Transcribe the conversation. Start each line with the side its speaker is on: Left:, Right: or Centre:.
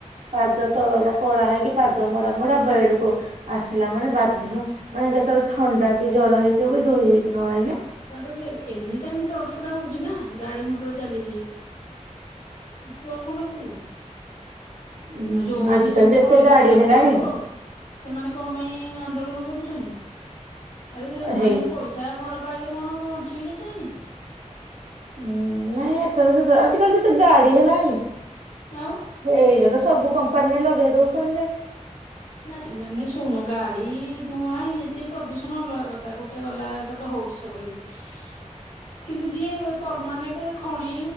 Right: ପାଦ ତଳରା କଳା ହେଇକି ପାଦ ମଡା-ମଡା ବେଡ଼େକୁ ଆସିଲା ମାନେ ବାଧ୍ୟ ମାନେ କେତେବେଳେ ଥଣ୍ଡାକି ଜର ହେଇଥିବବି ଧୋଇ ହେଇକି ନଆଇଲେ
Left: ତାପରେ ଦେଖେ ଏନି ଟାଇମ୍ ଡଷ୍ଟଅଡ଼ା ଉୁଡ଼ୁଚି। ନା ଗାଡ଼ି ମଟର ଚାଲିଚି ତୁଆଉ କଣ କରିବୁ
Right: ଲାଗୁଛି
Left: ଆଉ ଯୋଉଁମାନେ
Right: ଆଜିକାଲି
Left: ସବୁ
Right: ଯେତେ
Left: ଖଣି
Right: ଗାଡି
Left: ଘଣୀ ପାଖ
Right: ହେଲାଣି
Left: ଲୋକ ସେମାନେ କଣ ପାଇଁ ଆନ୍ଦୋଳନ କରୁଛନ୍ତି ଆରେ
Right: ହେଇ
Left: ମାନେ ପଇସା ଘର ପାଇଲେ କଣ ହବ ବଞ୍ଚିବେ କେତେଦିନି।
Right: ହୁଁ ନାଇଁ ଏଟାତ ସତ ଆଜିିକାଲିତ ଏତେ ଗାଡ଼ି ହେଲାଣି
Left: ଆଉ।
Right: ସେଇରାତ ସବୁ କମ୍ପାନୀରେ ଲଗେଇ ଦଉଛନ୍ତିଯେ
Left: ନାଇଁ ମାନେ ଶୁଣୁ ଗାଡ଼ି ଧୁଆଁ ଇଏ ସିଏ ପ୍ରଦୂଷଣ ଅଲଗା କଥା ଗୋଟେ ଗଲା ଏଇଟାତ ହଉଚି ସବୁବେଳେବି କିନ୍ତୁ ଯିଏ ପରମାନେଣ୍ଟ ଖଣି